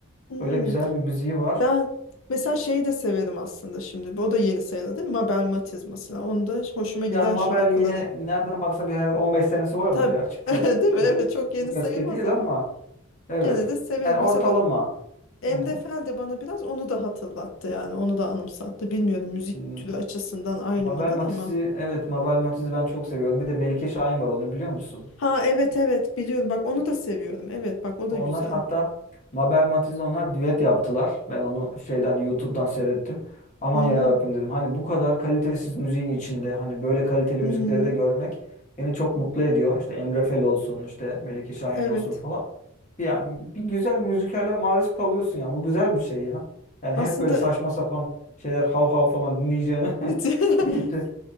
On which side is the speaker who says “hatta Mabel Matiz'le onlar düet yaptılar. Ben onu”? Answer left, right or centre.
Left